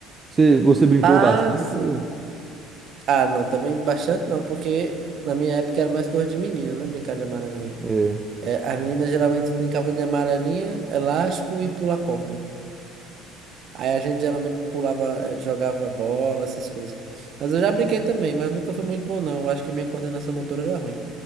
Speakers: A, on the right; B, on the right.
A: Você, você brincou
B: Ah,
A: bastante?
B: sim.
A: ou-
B: Ah, não, também bastante não, porque na minha época era mais coisa de menina, né? Brincar de amarelinha.
A: É.
B: É, as meninas geralmente brincavam de amarelinha, elástico e pular corda. Aí a gente geralmente pulava, eh, jogava bola, essas coisas. Mas eu já brinquei também, mas nunca foi muito bom, não. Eu acho que minha coordenação motora era ruim.